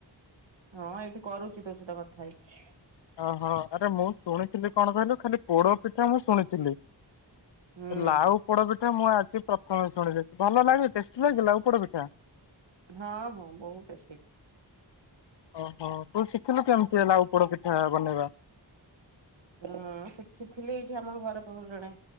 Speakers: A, on the right (about 75°); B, on the left (about 70°).
A: ହଁ ଏଇଠି କରୁଚି ତୋ ସହିତ କଥା ହେଇକି।
B: ଓହୋ ଆରେ ମୁଁ ଶୁଣିଥିଲି କଣ କହିଲୁ ଖାଲି ପୋଡ଼ପିଠା ମୁଁ ଶୁଣିଥିଲି।
A: ହୁଁ।
B: ଲାଉ ପୋଡ଼ପିଠା ମୁଁ ଆଜି ପ୍ର ପ୍ରଥମେ ଶୁଣିଲି ଭଲ ଲାଗେ ଟେଷ୍ଟି ଲାଗେ ଲାଉ ପୋଡ଼ପିଠା?
A: ହଁ ହଁ ବହୁତ୍ ଟେଷ୍ଟି।
B: ଓହୋ କଉଠୁ ଶିଖିଲୁ କେମିତି ଏଇ ଲାଉ ପୋଡ଼ପିଠା ବନେଇବା?
A: ହୁଁ ଶିଖିଥିଲି ଏଇଠି ଆମ ଘର ପାଖରୁ ଜଣେ